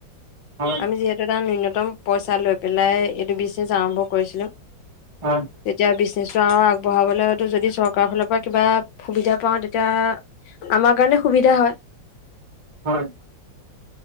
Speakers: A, on the right (about 20°); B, on the left (about 75°).
A: হয়
B: আমি যিহেতু এটা নূন্যতম পইছা লৈ পেলাই এইটো বিজনেছ আৰম্ভ কৰিছিলোঁ। তেতিয়া
A: হয়
B: বিচ নিশ্চয়, আৰু আগবঢ়াবলে হ'য়টো যদি চৰকাৰ ফালৰ পৰা কিবা সুবিধা পাওঁ, তেতিয়া আমাৰ কাৰণে সুবিধা হ'য়।
A: হ'য়।